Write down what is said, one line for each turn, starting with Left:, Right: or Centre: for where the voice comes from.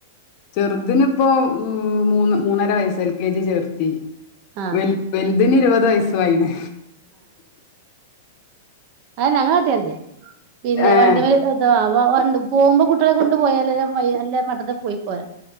Left: ചെർതിൻ ഇപ്പോ മൂ മൂന്ന് മൂന്നര വയസ്സ് എൽ കെ ജി ചേർത്തി
Right: ആഹ്
Left: വെൽ വെൽ തിന് ഇരുപത് വയ്സ്സും ആയിണ്
Right: അയെന്നെ അങ്ങനെ കാട്ടിയാ മതി പിന്നെ
Left: ഏഹ്
Right: വണ്ടിമെൽ എത്താ വാ വണ്ടി പോവുമ്പോ കുട്ടാളെ കൊണ്ട് പോയാലല്ലെ പയ്യ അല്ലെ മട്ടത്ത് പോയി പോരാ